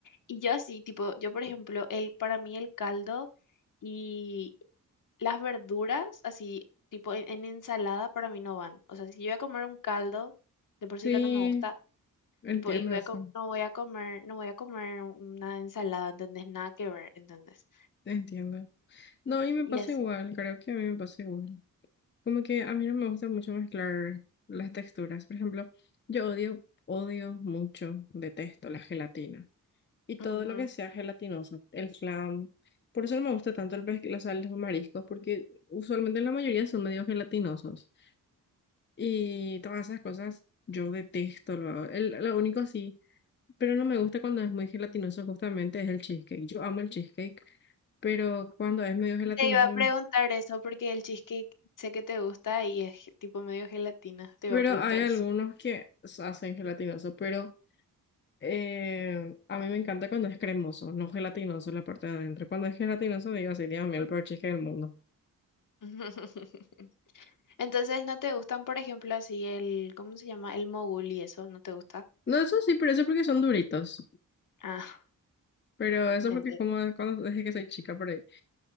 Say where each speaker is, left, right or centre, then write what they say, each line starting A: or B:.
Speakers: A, on the left (about 65°); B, on the left (about 35°).
A: Y yo así, tipo, yo por ejemplo, el, para mí el caldo y las verduras, así, tipo, en, en ensalada para mí no van. O sea, si yo voy a comer un caldo, de por
B: Sí,
A: sí lo no me gusta.
B: entiendo
A: Tipo, y voy
B: eso,
A: a co- no voy a comer, no voy a comer una ensalada, ¿entendés? Nada que ver, ¿entendés?
B: entiendo. No, y me
A: Y
B: pasa
A: así.
B: igual, creo que a mí me pasa igual. Como que a mí no me gusta mucho mezclar las texturas. Por ejemplo, yo odio, odio mucho, detesto la gelatina y todo
A: ujú.
B: lo que sea gelatinoso, el flan. Por eso no me gusta tanto el pes- o sea, los mariscos, porque usualmente la mayoría son medio gelatinosos. Y todas esas cosas yo detesto. Lo, el, lo único así, pero no me gusta cuando es muy gelatinoso justamente es el cheesecake. Yo amo el cheesecake, pero cuando es medio gelatinoso,
A: Te iba a preguntar eso porque el cheesecake sé que te gusta y es tipo medio gelatina. Te iba
B: pero
A: a preguntar
B: hay
A: eso.
B: algunos que s- hacen gelatinoso, pero... Eh, a mí me encanta cuando es cremoso, no gelatinoso la parte de adentro. Cuando es gelatinoso, digo así, Dios mío, el peor cheesecake del mundo.
A: <laughs> Entonces, ¿no te gustan, por ejemplo, así el, ¿cómo se llama? El mogul y eso, ¿no te gusta?
B: No, eso sí, pero eso es porque son duritos.
A: Ah,
B: Pero eso
A: entiendo.
B: porque como de cuando desde que soy chica por ahí.